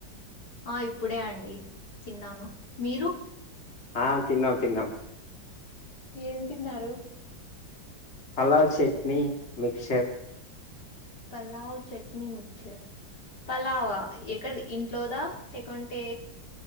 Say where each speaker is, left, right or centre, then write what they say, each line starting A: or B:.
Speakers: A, on the left; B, on the left.
A: ఆ ఇప్పుడే, అండి, తిన్నాను, మీరు.
B: ఆ తిన్నాం, తిన్నాం.
A: ఏం తిన్నారు.
B: పలావ్, చట్నీ, మిక్షర్.
A: పలావ్, చట్నీ, మిచ్చర్, పలావా, ఎ ఎక్కడిది, ఇంట్లోదా. అంటే కొంటే.